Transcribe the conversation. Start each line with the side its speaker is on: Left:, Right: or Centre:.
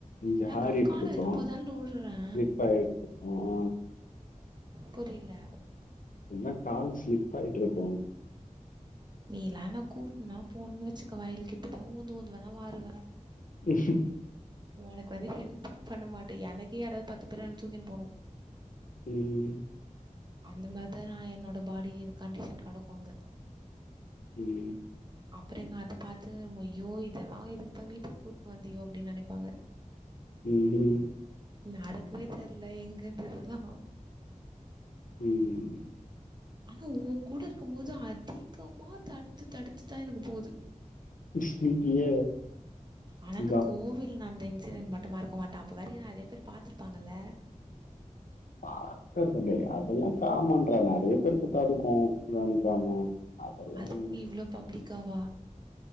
Left: ஜாரிட்ருக்கோ
Right: டக்குன்னு கால வெறு போதால்னு உழுறே
Left: சிலிப்பாய்ட்ருக்கோ
Right: புரில
Left: இன்னா கால் ஸ்லிப் ஆயிட்ருக்கு
Right: நீலா என கூட்டுன்னா போணுன்னு வச்சுக்க வயலுக்கு இப்பிதா ஊந்து ஊந்து வேணா வாருவே
Left: ம்ம்
Right: ஒனக்கு வந்து ஹெல்ப்லா பண்ண மாட்டே எனக்கே யாராது பத்து பேர் தூக்கின் போணு
Left: ம் ம்
Right: அந்த மாரிதா நா என்னோட பாடி என் கண்டிஷன் கெடக்கு அங்க
Left: ம்
Right: அப்றோ எங்க அத்த பாத்து மொய்யோ இதெல்லா எதுக்குதா வீட்டுக் கூட்னு வந்தியோ அப்டின் நெனைப்பாங்க
Left: ம் ஹும்
Right: நடக்கவே தெர்ல எங்கருந் இதெல்லா
Left: ம்
Right: ஆனா ஓ கூட இருக்கும் போது அதிகமா தடுத்து தடுத்துதா எனக்கு போது
Left: இன்னைக்கிய
Right: ஆனா இந்த
Left: நான்
Right: கோவில் நந்த இன்சிடென்ட் மட் டு மறக்க மாட்ட அப்ப வேற என் நறைய பேர் பாத்திருப்பாங்கல்ல
Left: பாத்துக்க முடியாது அதெல்லா காமண்றே நறைய பேருக்கு தடுக்கு கவனிக்காம அதெல்லாம்
Right: அதுக்னு
Left: ஒண்ணும் இல்ல.
Right: இவ்ளோ பப்ளிக்காவா